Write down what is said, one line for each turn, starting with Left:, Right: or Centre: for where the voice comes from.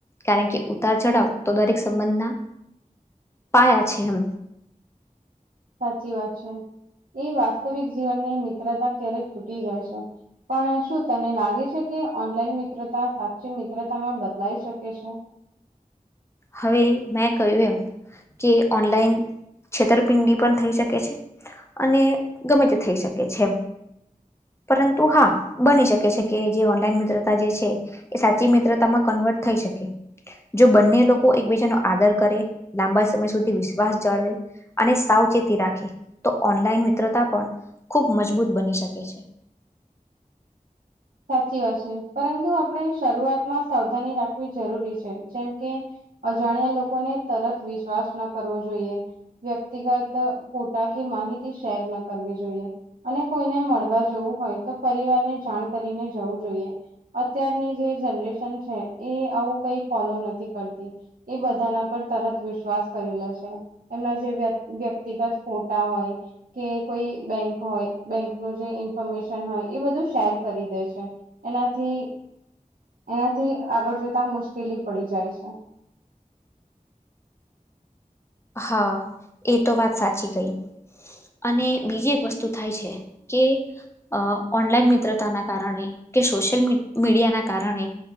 Left: કારણ કે ઉતાર ચઢાવ તો દરેક સંબંધના પાાયયા છે, એમ
Right: સાચી વાત છે. એ વાસ્તવિક જીવનની મિત્રતા ક્યારેક તૂટી જાય છે, પણ શું તને લાગે છે, કે ઓનલાઈન મિત્રતા, સાચી મિત્રતામાં બદલાઈ શકે છે.
Left: હવે, મેં કહ્યું એમ કે ઓનલાઈન છેતરપિંડી પણ થઈ શકે છે, અને ગમે તે થઈ શકે છે. પરંતુ હા બની શકે છે કે જે ઓનલાઈન મિત્રતા જે છે. એ સાચી મિત્રતામાં ક થઈ શકે જો બંને લોકો એકબીજા નો આદર, કરે લાંબા સમય સુધી વિશ્વાસ જાળવે અને સાવચેતી રાખે તો ઓનલાઈન, મિત્રતા પણ ખૂબ મજબૂત બની શકે છે.
Right: સાચી વાત છે. પરંતુ આપણે શરૂઆતમાં સાવધાની રાખવી જરૂરી છે, જેમ કે અજાણ્યા, લોકોને તરત વિશ્વાસ ન કરવો જોઈએ. વ્યક્તિગત ફોટા માહિતી, શેર ના કરવી જોઈએ અને કોઈને મળવા જવું હોય, તો પરિવારને જાણ કરીને જવું જોઈએ અત્યારની જે જનરેશન છે, એ આવું કઈ ફોલો નથી કરત એ બધાના પર તરત વિશ્વાસ કરી લેશે, એને જે વ્યક વ્યક્તિગત ખોટ હોય કે કોઈ બેંક હોય બેંક નું જે ઇન્ફોર્મેશન હોય એ બધું શેર ખરીદે છે એનાથી એનાથી આગળ જતા મુશ્કેલી પડી જાય છે <inaudible>
Left: હા એ તો વાત સાચી કઈ અને બીજી એક વસ્તુ થાય છે. કે અ ઓનલાઈન મિત્રતાના કારણે કે સોશિયલ મીડ મીડિયા ના કારણે